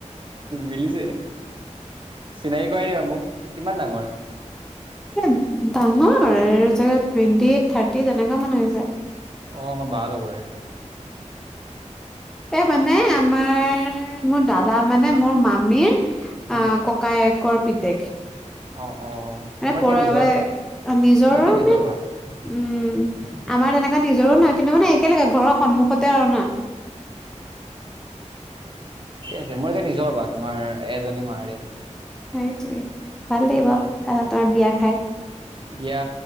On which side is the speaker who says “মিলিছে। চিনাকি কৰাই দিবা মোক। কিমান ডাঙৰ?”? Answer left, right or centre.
Right